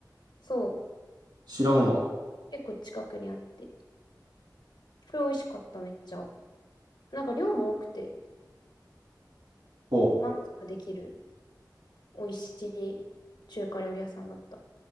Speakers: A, on the left (about 85°); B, on the right (about 75°).
A: そう、
B: 知らんわ。
A: 結構近くにあって、これ美味しかった、めっちゃ。なんか量も多くて、
B: ほ
A: 満足できる美味しい中華料理屋さんだった。